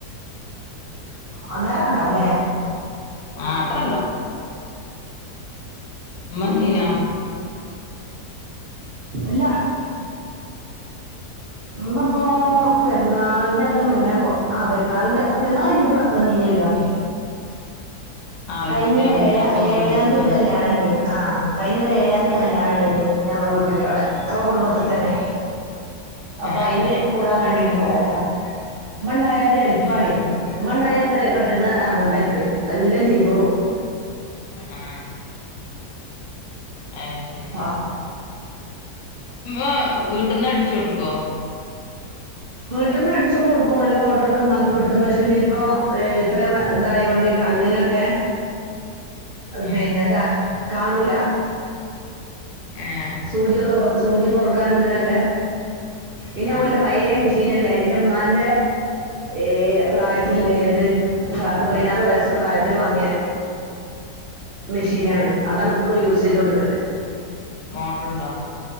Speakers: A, on the right; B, on the left.
A: അന്നേരൊക്കെ ഇണ്ടാവല്ലേ
B: ആ അത്ര മമ്മന്നീനാ
A: ഇല്ല ഉ ഇപ്പൊ പെറുന്നാളിന്റെ ഒക്കെ മുന്നേ പോ ആ പെരുന്നാളിന്റെ പെരുന്നാൾ കഞ്ഞിട്ട് വന്നിനല്ലോ
B: ആ ഒരീസം
A: കഴിഞ്ഞ
B: ഞാൻ വിളിച്ചപ്പോ
A: ഏഴ
B: ഇങ്ങള്
A: ഏഴാം
B: ഇണ്ട്ന്ന്
A: തീയതി
B: പറഞ്ഞു
A: കല്യാണ എൻ ആ കഴിഞ്ഞര് ഏഴാം തീയതി അല്ലാണ്ട്രു ഞങ്ങടെ വീട്ടിന്റവിടെ ഞങ്ങടെ കുടുംബത്തിൽ തന്നെ അപ്പൊ
B: ഏ
A: അയി ന്
B: ഏ
A: കൂടാൻ വേണ്ടീട്ട്. പോയതാ മൺ ആയാ ഒരു ഹെൽപാണെ
B: ഏ
A: മ്മണ്ടായാ ത്ര പെട്ടന്ന് ഇറങ്ങണ്ടനിക്ക് എല്ലാം ചെയ് തോളും.
B: ആ അത് ശരി.
A: ആ
B: മ്മ് വീട്ടിന്നടിച്ചു കൊടുക്വോ?
A: വീട്ടന്നടിച്ചു കൊടുക്കും നല്ല ഓർഡർ ഒക്കെമ്മാക്ക് കിട്ടും പക്ഷെ ഇല്ലയിപ്പോ ഇത്രേം വയ ഇതായൊണ്ടീ കണ്ണിനൊക്കെ
B: ആഹ്
A: പിന്നെന്താ കാണൂല.
B: ഏഹ്
A: സൂചിയൊക്കെ സൂചി കൊർ ക്കാനതിനൊക്കെ. പിന്ന
B: ആഹ്
A: ഓലെ പയേ മിഷ് ഷീനല്ലേ എന്റുമ്മാന്റെ ഏ പ്രായത്തില്ലേയത്. പത്ത് പതിനാറ് വയസ്സ് പ്രായത്തില് വാങ്ങിയാ. മെഷീനാണ്
B: ഏഹ്
A: അതാണിപ്പളും യൂസ് ചെയ്തോണ്ടിക്കണെ.
B: മോട്ടറുണ്ടോ?